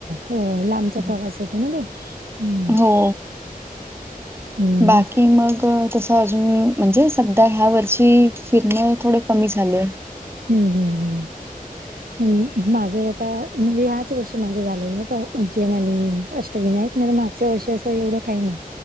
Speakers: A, on the right; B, on the right.
A: हो हो. लांबचा
B: हम्म.
A: प्रवास येतो ना तो हम्म
B: हो.
A: हम्म
B: बाकी मग? तसं अजून म्हणजे सध्या ह्या वर्षी फिरणे थोडे कमी झालय.
A: हम्म. हम्म हम्म, माझं ही आता म्हणजे ह्याच वर्षी माझं झालेलं का उज्जैन आणि अष्ट -विनायक <unintelligible> मागच्या वर्षी असं एवढं काही नाही